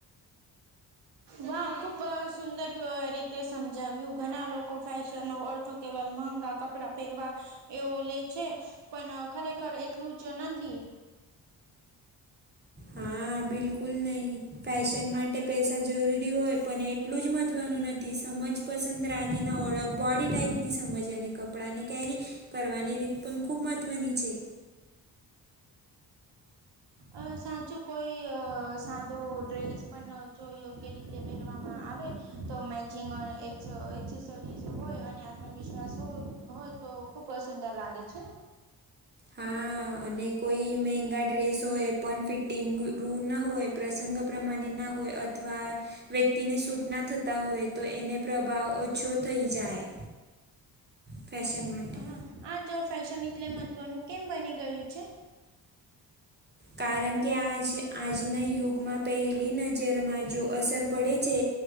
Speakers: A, on the right (about 60°); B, on the right (about 20°).
A: વાહ ખૂબ સુંદર રી તે સમજાવ્યું, ઘણા લોકો ફેશન નો અર્થ કેવલ મહગા કપડા પહેરવા એવો લે છે, પણ ખરેખર એટલું જ નથી.
B: હા, બિલકુલ નહી. ફેશન માટે પૈસા જરૂરી હોય, પણ એટલું જ મહત્વનું નથી સમજ. પસંદ રાગીના ઓળખ, બોડી ટાઈપ ની સમજવાની. કપડાંને, કેરી કરવાની રીત પણ ખૂબ મહત્ત્વની છે.
A: અ સાચું, કોઈ અ સાદો ડ્રેસ પણ જો યોગ્ય રીતે પહેરવામાં આવે, તો મેચિંગ એક્સેસરીઝ હોય અને આત્મવિશ્વાસ હો હોય, તો ખુબ સુંદર લાગે છે ને. <unintelligible>
B: હા અને કોઈ મહેંગા ડ્રેસ હોય, પણ ફિટિંગ રું ના હોય, પ્રસંગ પ્રમાણે ના હોય. અથવા. વ્યક્તિને સૂટ ના થતા હોય, તો એને પ્રભાવ ઓછો થઈ જાય. ફેશન માટે.
A: હા આ જો ફેશન એટલે મહત્વનું કેમ બની ગયું છે.
B: કારણ કે, આજ આજના યુગમાં પહેલી નજરમાં જો અસર પડે છે,